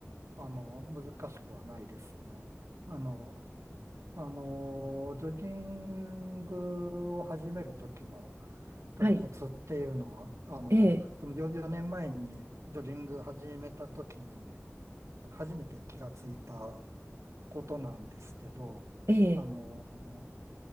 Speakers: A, on the right (about 85°); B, on the right (about 65°).
A: あの、難しくはないですね。あの、あのー、ジョギングを始めるときの多分コツっていうのは、
B: はい、
A: あの、
B: ええ、
A: その4、4年前にジョギング始めたときに初めて気がついたことなんですけど、
B: ええ、
A: あの